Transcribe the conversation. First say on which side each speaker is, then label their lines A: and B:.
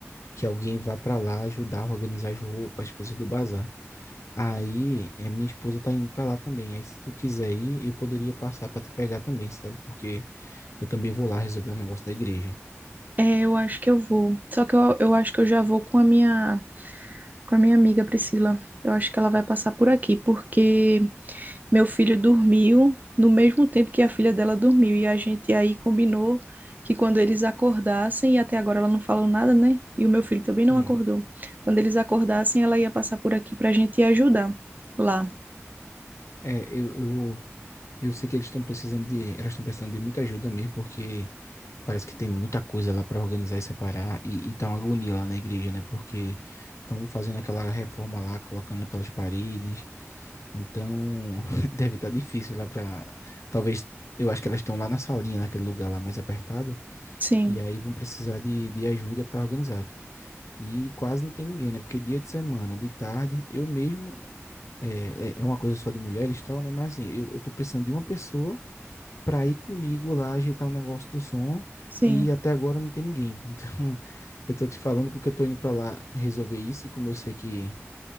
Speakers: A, on the left; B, on the right.
A: que alguém vá pra lá ajudar a organizar as roupas, as coisas do bazar. Aí, é, minha esposa tá indo pra lá também. Aí, se tu quiser ir, eu poderia passar pra te pegar também, sabe? Porque eu também vou lá resolver o negócio da igreja.
B: é, eu acho que eu vou. Só que eu, eu acho que eu já vou com a minha com a minha amiga Priscila. Eu acho que ela vai passar por aqui, porque meu filho dormiu no mesmo tempo que a filha dela dormiu e a gente aí combinou que quando eles acordassem, e até agora ela não falou nada, né? E o meu filho também não
A: Hum.
B: acordou. Quando eles acordassem, ela ia passar por aqui pra gente ir ajudar lá.
A: É, eu, eu, Eu sei que eles estão precisando de, elas estão precisando de muita ajuda mesmo, porque parece que tem muita coisa lá para organizar e separar e, e tá uma agonia lá na igreja, né? Porque estão fazendo aquela reforma lá, colocando aquelas paredes. Então, <laughs> deve estar difícil lá para talvez eu acho que elas estão lá na salinha, naquele lugar lá mais apertado,
B: Sim,
A: e aí vão precisar de, de ajuda para organizar. E quase não tem ninguém, né? Porque dia de semana, de tarde, eu mesmo é, é é uma coisa só de mulheres e tal, né? Mas assim, eu, eu tô precisando de uma pessoa para ir comigo lá ajeitar o negócio do som
B: sim.
A: e até agora não tem ninguém. Então, <laughs> eu tô te falando porque eu tô indo para lá resolver isso e como eu sei que